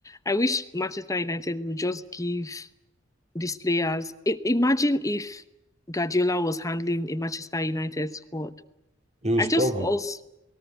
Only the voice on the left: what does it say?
I wish Manchester United would just give these players. I imagine if Guardiola was handling a Manchester United squad.
I
just also,